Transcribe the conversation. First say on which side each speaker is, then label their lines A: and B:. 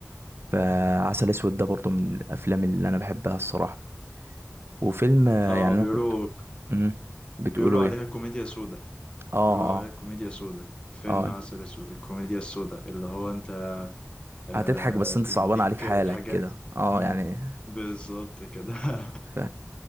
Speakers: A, on the right; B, on the left.
A: فعسل أسود ده برضه من الأفلام اللي أنا بحبها الصراحة وفيلم آه،
B: اه
A: يعني أنا
B: بيقولوا
A: كنت مم، بتقولوا
B: بيقولوا
A: إيه؟
B: عليها كوميديا سودا
A: آه
B: بيقولوا عليها
A: آه
B: كوميديا سودا فيلم
A: آه
B: عسل اسود الكوميديا السودا اللي هو انت آه
A: هتضحك بس
B: بيديك
A: أنت صعبان عليك حالك
B: الحاجات
A: كده آه
B: مم.
A: يعني
B: بالظبط كده <laughs>
A: ف...